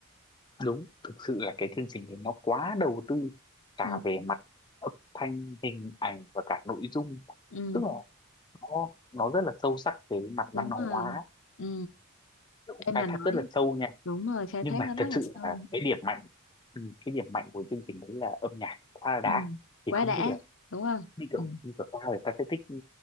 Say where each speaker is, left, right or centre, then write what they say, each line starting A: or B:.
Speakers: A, on the left; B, on the left.
A: đúng thực sự là cái chương trình này nó quá đầu tư cả
B: ừ
A: về mặt âm thanh hình ảnh và cả nội dung
B: ừ
A: tức là nó nó rất là sâu sắc về mặt văn
B: đúng rồi
A: hóa
B: ừ
A: nó cũng
B: em
A: khai
B: mà nói
A: thác rất là sâu nha
B: đúng rồi khai
A: nhưng
B: thác
A: mà
B: nó rất
A: thật sự
B: là sâu
A: là cái điểm mạnh ừ, cái điểm mạnh của chương trình đấy là âm nhạc quá là đã
B: ừ
A: thì
B: quá
A: không
B: đã
A: biết là
B: đúng không
A: như kiểu
B: ừ
A: như của tao thì tao sẽ thích ừ,